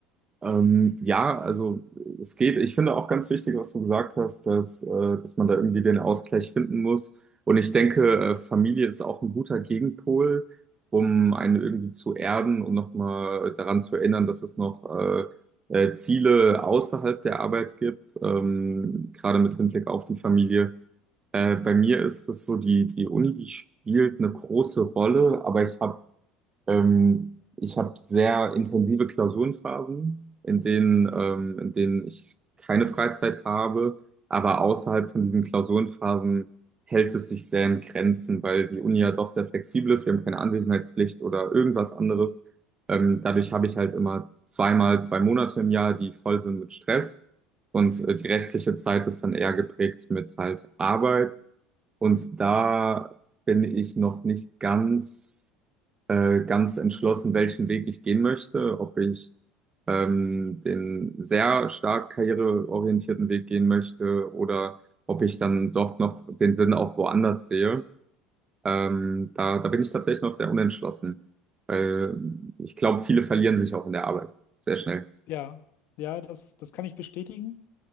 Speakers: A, on the right; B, on the left.
A: Ähm, ja, also äh, es geht. Ich finde auch ganz wichtig, was du gesagt hast, dass, äh, dass man da irgendwie den Ausgleich finden muss. Und ich denke, äh, Familie ist auch ein guter Gegenpol, um einen irgendwie zu erden und nochmal daran zu erinnern, dass es noch äh, äh, Ziele außerhalb der Arbeit gibt, ähm, gerade mit Hinblick auf die Familie. Äh, bei mir ist das so, die, die Uni, die spielt eine große Rolle, aber ich habe ähm, ich hab sehr intensive Klausurenphasen, in denen, ähm, in denen ich keine Freizeit habe, aber außerhalb von diesen Klausurenphasen hält es sich sehr in Grenzen, weil die Uni ja doch sehr flexibel ist, wir haben keine Anwesenheitspflicht oder irgendwas anderes. Ähm, dadurch habe ich halt immer zweimal zwei Monate im Jahr, die voll sind mit Stress und äh, die restliche Zeit ist dann eher geprägt mit halt Arbeit. Und da bin ich noch nicht ganz, äh, ganz entschlossen, welchen Weg ich gehen möchte, ob ich ähm, den sehr stark karriereorientierten Weg gehen möchte oder ob ich dann doch noch den Sinn auch woanders sehe. Ähm, da, da bin ich tatsächlich noch sehr unentschlossen, weil ich glaube, viele verlieren sich auch in der Arbeit sehr schnell.
B: Ja, ja, das, das kann ich bestätigen.